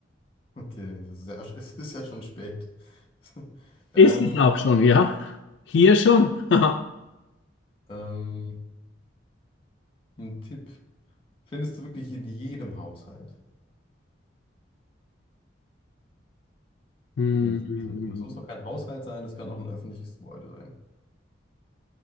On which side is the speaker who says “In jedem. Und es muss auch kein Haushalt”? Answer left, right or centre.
Left